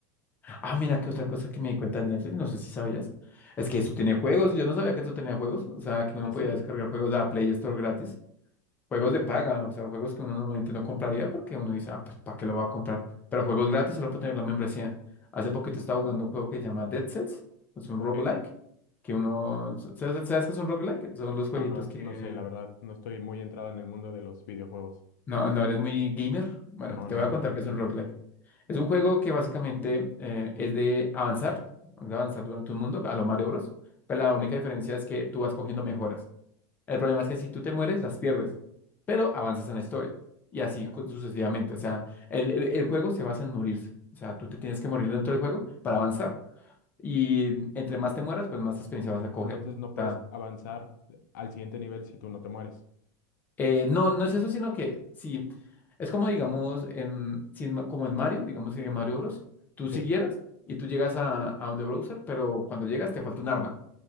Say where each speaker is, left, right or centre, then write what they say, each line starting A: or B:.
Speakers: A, on the left (about 20°); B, on the left (about 75°).
A: Ah, mira, qué otra cosa que me di cuenta en Netflix, no sé si sabías. Es que eso tiene juegos. Yo no sabía que eso tenía juegos. O sea, que uno
B: ¿Así?
A: podía descargar juegos de la Play Store gratis. Juegos
B: Yo
A: de
B: no.
A: paga, o sea, juegos que uno normalmente no compraría porque uno dice, ah, pues, ¿para qué lo va a comprar? Pero juegos gratis solo por tener la membresía. Hace poquito estaba jugando un juego que se llama Dead Cells, es un
B: Ok.
A: roguelike, que uno, ¿sabes, sabes qué es un roguelike? Son los jueguitos
B: No, no,
A: que,
B: no sé, la verdad. No estoy muy entrado en el mundo de los videojuegos.
A: no, no eres muy gamer. Bueno,
B: No,
A: te
B: no,
A: voy a contar
B: no
A: qué
B: tanto.
A: es un roguelike. Es un juego que básicamente eh, es de avanzar, de avanzar durante un mundo a lo Mario Bros. Pero la
B: Ok.
A: única diferencia es que tú vas cogiendo mejoras. El problema es que si tú te mueres, las pierdes, pero avanzas en la historia. Y así
B: Ajá.
A: cu- sucesivamente. O sea, el, el- el juego se basa en morirse. O sea, tú te tienes que morir dentro del juego para avanzar. Y entre más te mueras, pues más experiencia vas a coger.
B: Entonces no puedes
A: ta.
B: avanzar al siguiente nivel si tú no te mueres.
A: Eh, no, no es eso, sino que sí. Es como, digamos, en, si en Ma- como en Mario, digamos que en Mario Bros. Tú
B: Sí,
A: siguieras y tú llegas a, a donde browser, pero cuando llegas te falta un arma.